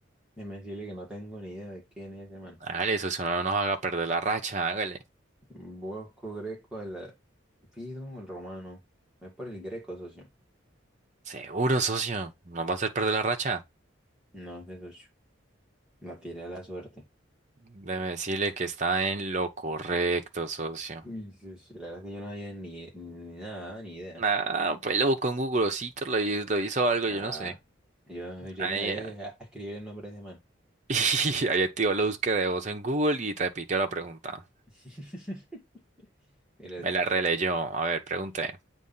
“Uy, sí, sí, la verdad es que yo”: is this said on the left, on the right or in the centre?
Centre